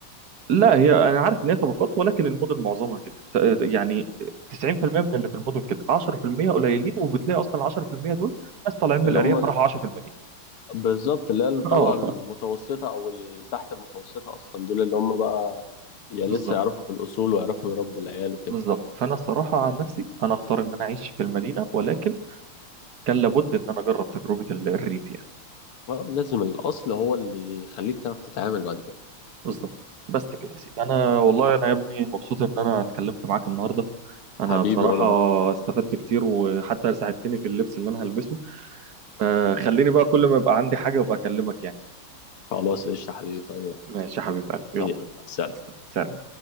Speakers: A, on the right; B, on the left.
A: لا هي انا عارف ان هي طبقات ولكن المدن معظمها كده ت- يعني 90% من اللي في المدن كده 10% قليلين وبتلاقي اصلا ال 10% دول ناس طالعين من
B: اللي
A: الارياف
B: هم ال-
A: راحوا عاشوا في المدينه
B: بالظبط اللي هي الطبقة
A: <laughs> اه
B: المتوسطة او ال- تحت المتوسطة اصلا دول اللي هم بقى يا
A: بالظبط
B: لسه يعرفوا في الاصول ويعرفوا يربوا العيال وكده
A: بالظبط فانا الصراحه عن نفسي انا اختار ان انا اعيش في المدينه ولكن كان لابد ان انا اجرب تجربه ال- الريف يعني
B: اه لازم الاصل هو اللي يخليك تعرف تتعامل بعد كده
A: بالظبط بس كده يا سيدي انا والله
B: ح-
A: انا يا ابني مبسوط ان انا اتكلمت معاك النهارده انا
B: حبيبي
A: بصراحه
B: وانا أكتر.
A: استفدت كتير وحتى ساعدتني في اللبس اللي انا هلبسه فخليني بقى كل ما يبقى عندي حاجه ابقى اكلمك يعني
B: خلاص قشطة حبيبي في اي وقت
A: ماشي يا حبيب قلبي يلا
B: يلا سلام
A: سلام